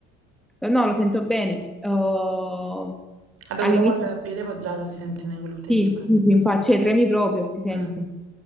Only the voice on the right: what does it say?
Vabbè,
quello col piede poggiato si sente nei glutei
soprattutto.
Mm,